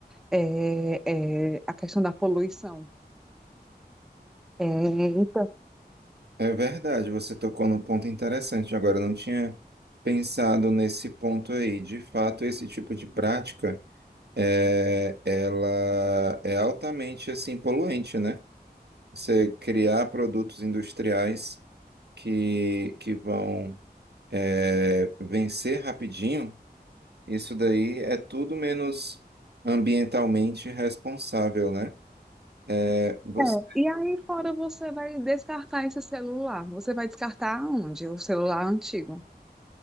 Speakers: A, in the centre; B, on the right.
A: eh, eh, a questão da poluição. Eh, então,
B: É verdade, você tocou num ponto interessante. Agora, eu não tinha pensado nesse ponto aí. De fato, esse tipo de prática. é, ela é altamente assim poluente, né? Você criar produtos industriais que, que vão é, vencer rapidinho, isso daí é tudo menos ambientalmente responsável, né? É, você...
A: é. E aí, fora você vai descartar esse celular. Você vai descartar onde? O celular antigo.